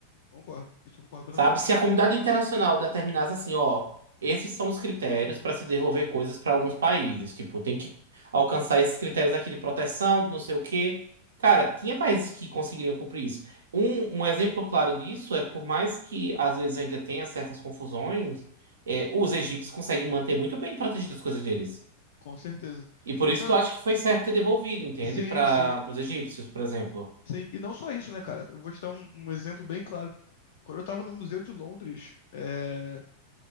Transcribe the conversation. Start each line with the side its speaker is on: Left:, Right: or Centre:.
Left: Concordo. Isso eu concordo plenamente.
Right: Sabe? Se a comunidade internacional determinasse assim, ó, esses são os critérios para se devolver coisas para alguns países, tipo, tem que alcançar esses critérios aqui de proteção, de não sei o quê. Cara, tinha países que conseguiriam cumprir isso. Um, um exemplo claro disso é, por mais que às vezes ainda tenha certas confusões, é, os egípcios conseguem manter muito bem protegidas as coisas deles.
Left: Com certeza.
Right: E por isso
Left: Não,
Right: que eu acho que foi certo ter devolvido, entende?
Left: sim,
Right: Para
Left: sim,
Right: os egípcios, por exemplo.
Left: sim. E não só isso, né, cara? Eu vou te dar um, um exemplo bem claro. Quando eu tava no Museu de Londres, é,